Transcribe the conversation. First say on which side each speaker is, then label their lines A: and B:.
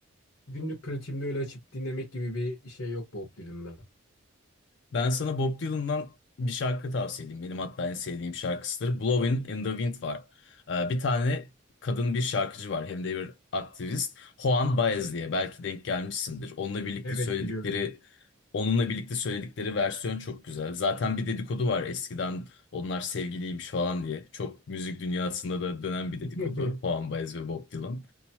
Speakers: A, on the left; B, on the left.
A: günlük pratiğimde öyle açıp dinlemek gibi bir şey yok Bob Dylan'da.
B: Ben sana Bob Dylan'dan bir şarkı tavsiye edeyim. Benim hatta en sevdiğim şarkısıdır. Blowing in the Wind var. Ee, bir tane kadın bir şarkıcı var. Hem de bir aktivist. Juan Baez diye. Belki denk gelmişsindir. Onunla birlikte
A: Evet
B: söyledikleri
A: biliyorum.
B: Onunla birlikte söyledikleri versiyon çok güzel. Zaten bir dedikodu var eskiden onlar sevgiliymiş falan diye. Çok müzik dünyasında da dönen bir dedikodu.
A: <laughs>
B: Juan Baez ve Bob Dylan.